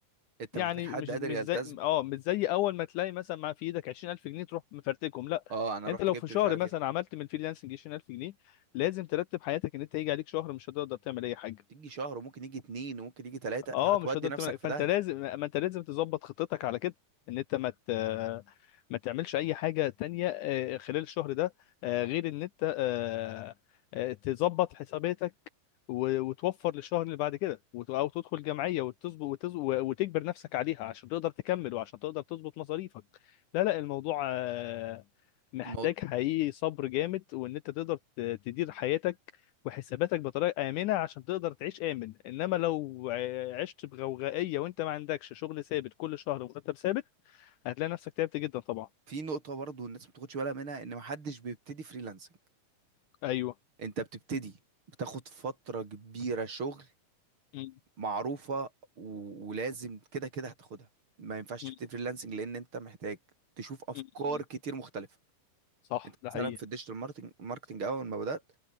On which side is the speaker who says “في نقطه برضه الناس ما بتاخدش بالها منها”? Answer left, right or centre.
Right